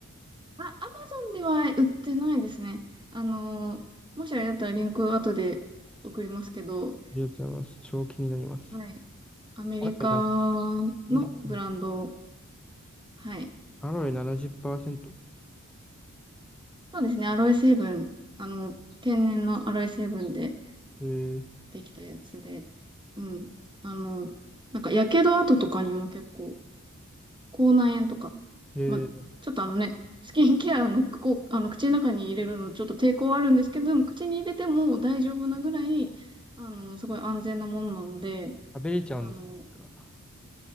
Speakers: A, on the right; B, in the centre.
A: あ、アマゾンでは売ってないですね。あの、もしあれだったらリンク後で送りますけど、
B: りがとうございます。超気になります。
A: はい。アメリカのブランド、
B: アロエな、アメリカンド
A: はい。
B: アロエ70%。
A: そうですね、アロエ成分、あの、天然のアロエ成分で
B: えー、
A: できたやつで、うん。あの、なんか、やけど跡とかにも結構、口内炎とか。
B: えー、
A: まあ、ちょっとあのね、スキンケアの、こう、あの口の中に入れるのちょっと抵抗はあるんですけど、でも口に入れても大丈夫なぐらい、あの、すごい安全なものなので、
B: 食べれちゃうんです、
A: あの、
B: それは。